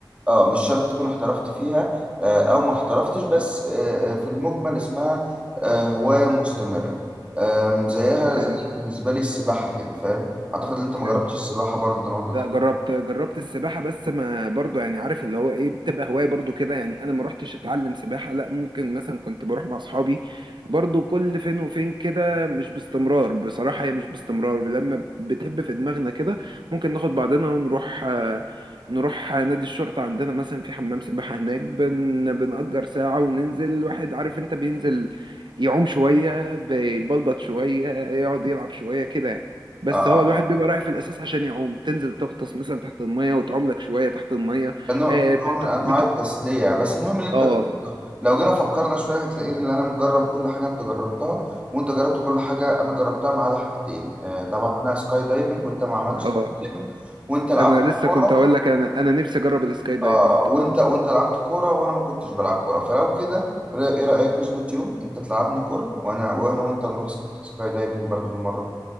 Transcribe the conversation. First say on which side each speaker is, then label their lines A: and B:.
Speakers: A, on the right; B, on the right.
A: اه مش شرط تكون احترفت فيها آه، او ما احترفتش بس آه، آه، في المجمل اسمها آه، هواية مستمرة آم، زيها
B: فهمت
A: زي بالنسبة لي السباحة كده فاهم اعتقد ان انت
B: فهمت
A: ما جربتش السباحة برضه طالما انت بتحب
B: لا جربت جربت السباحة بس ما برضو يعني عارف اللي هو ايه بتبقى هواية برضو كده يعني انا ما روحتش اتعلم سباحة لا ممكن مثلا كنت بروح مع اصحابي برضو كل فين وفين كده مش باستمرار بصراحة هي مش باستمرار لما بتهب في دماغنا كده ممكن ناخد بعضنا ونروح آه، نروح نادي الشرطة عندنا مثلا في حمام سباحة هناك بن بنأجر ساعة وننزل الواحد عارف انت بينزل يعوم شوية بيبلبط شوية يقعد يلعب شوية كده يعني بس
A: اه
B: هو الواحد بيبقى رايح في الاساس عشان يعوم تنزل تغطس مثلا تحت الميه وتعوم لك شويه تحت الميه
A: نوع
B: آه بت...
A: نوع من انواع
B: بت...
A: التسلية بس المهم ان انت
B: اه
A: جربتها. لو جينا فكرنا شوية هتلاقيني ان انا مجرب كل حاجة انت جربتها وانت جربت كل حاجة انا جربتها ما عدا حاجتين آه، طبعا انا سكاي دايفنج وانت ما عملتش
B: اه
A: سكاي دايفنج وانت لعبت
B: انا لسه
A: كورة
B: كنت هقول لك انا انا نفسي اجرب السكاي دايفنج
A: اه وانت وانت لعبت كوره وانا ما كنتش بلعب كوره فلو كده رأ- ايه رايك نظبط يوم انت تلعبني كوره وانا وانا وانت نروح سك- سكاي دايفنج برضو بالمره